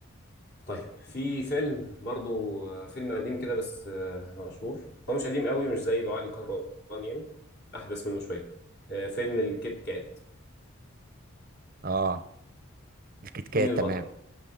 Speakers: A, on the left; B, on the right.
A: طيب في فيلم برضو آه، فيلم قديم كده بس آه، مشهور هو مش قديم قوي مش زي دعاء الكروان يعني احدث منه شويه آه، فيلم الكيت كات
B: اه الكيت كات
A: مين البطل
B: تمام